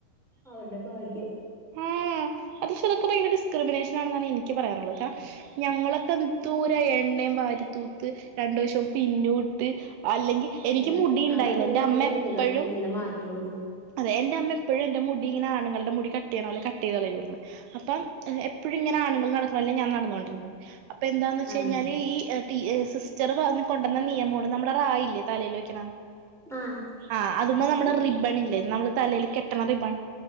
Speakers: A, in the centre; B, on the right.
A: അവരുടെ ഭാഗ്യം
B: ആഹ് <unintelligible> ഡിസ്ക്രിമിനേഷൻ ആണെന്നാണ് എനിക്ക് പറയാനുള്ളത് കര ഞങ്ങളൊക്ക എദ് തൂര എണ്ണയും വാരിത്തൂത്ത് രണ്ട് വഷും പിന്നൂട്ട്. ത് അല്ലെങ്കിൽ എനിക്ക്
A: അതെ
B: മുടിണ്ടായില്ല
A: അതല്ലേ
B: എന്റമ്മ
A: നമ്മള് വലുതാവുമ്പോഴേ
B: എപ്പോഴും
A: ഇങ്ങനെ മാറ്റുള്ളൂ
B: അതെ എന്റെ അമ്മ എപ്പോഴും എന്റെ മുടിങ്ങനാ ആണുങ്ങളുടെ മുടി കട്ടയ്യണോലെ കട്ട് ചെയ്ത് കളയരുന്നു എഹ് എപ്പഴുങ്ങനെ ആണുങ്ങൾ നടക്കണോലെ ഞാൻ നടന്നുകൊണ്ടിരിക്കും അപ്പൊന്താന്ന്
A: ആണല്ലേ
B: ചെയ്ഞ്ഞാൽകഴിഞ്ഞാല് ഈ ട്ടി ഹ സിസ്റ്റർ പറഞ്ഞികൊണ്ടന്നനിയമാണ് നമ്മുടെ റായില്ലേ തലേൽ വെക്കണ
A: ആഹ്
B: ആഹ് അതമ
A: അത്
B: നമ്മുടെ റിബ്ബണില്ലേ നമ്മൾതലേൽ കെട്ടണ റിബൺ